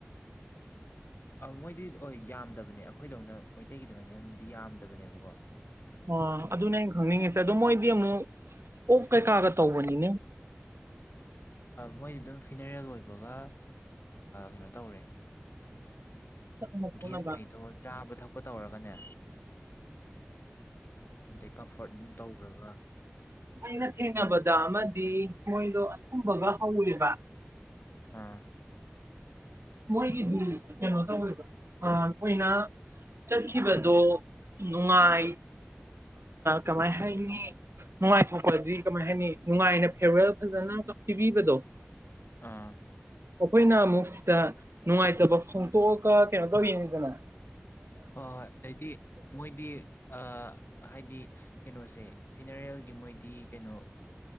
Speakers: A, on the left; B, on the right.
A: ꯃꯣꯏꯗꯤ ꯍ ꯌꯥꯝꯗꯕꯅꯦ ꯑꯩꯈꯣꯏꯗꯧꯅ ꯃꯩꯇꯩꯒꯤꯗꯅꯦꯗꯤ ꯌꯥꯝꯗꯕꯅꯦꯕꯀꯣ
B: ꯑ ꯑꯗꯨꯅꯦ ꯑꯩꯅ ꯈꯪꯅꯤꯡꯉꯤꯁꯦ ꯑꯗꯣ ꯃꯣꯏꯗꯤ ꯑꯃꯨꯛ ꯑꯣ ꯀꯩꯀꯥꯒ ꯇꯧꯕꯅꯤꯅꯦ
A: ꯃꯣꯏꯗꯤ ꯑꯗꯨꯝ ꯐꯤꯅꯔꯦꯜ ꯑꯣꯏꯕꯒ ꯀꯩꯅꯣ ꯇꯧꯔꯦ
B: ꯆꯠꯅꯕ ꯈꯣꯠꯅꯕ
A: ꯒ꯭ꯦꯁ ꯀꯩꯗꯣ ꯆꯥꯕ ꯊꯛꯄ ꯇꯧꯔꯒꯅꯦ ꯑꯗꯩ ꯀꯝꯐꯣꯔꯠ ꯇꯧꯔꯒ
B: ꯑꯩꯅ ꯊꯦꯡꯅꯕꯗ ꯑꯃꯗꯤ ꯃꯣꯏꯗꯣ ꯑꯊꯨꯝꯕꯒ ꯍꯧꯔꯦꯕ
A: ꯑꯥ
B: ꯃꯣꯏꯒꯤꯗꯤ ꯀꯩꯅꯣ ꯇꯧꯗ ꯑꯩꯣꯏꯅ ꯆꯠꯈꯤꯕꯗꯣ ꯅꯨꯡꯉꯥꯏ ꯀꯃꯥꯏ ꯍꯥꯏꯒꯅꯤ ꯅꯨꯡꯉꯥꯏꯊꯣꯛꯄꯗꯤ ꯀꯃꯥꯏ ꯍꯥꯏꯅꯤ ꯅꯨꯡꯉꯥꯏꯅ ꯐꯦꯔꯋꯦꯜ ꯐꯖꯅ ꯑꯃ ꯄꯤꯕꯤꯕꯗꯣ
A: ꯑꯥ
B: ꯑꯩꯈꯣꯏꯅ ꯑꯃꯨꯛ ꯁꯤꯗ ꯅꯨꯡꯉꯥꯏꯇꯕ ꯐꯣꯡꯗꯣꯛꯑꯒ ꯀꯩꯅꯣ ꯇꯧꯋꯅꯤꯗꯅ
A: ꯍꯣꯏ ꯍꯣꯏ ꯑꯗꯩꯗꯤ ꯃꯣꯏꯗꯤ ꯑ ꯍꯥꯏꯗꯤ ꯀꯩꯅꯣꯁꯦ ꯐꯤꯅꯔꯦꯜꯒꯤ ꯃꯣꯏꯗꯤ ꯀꯩꯅꯣ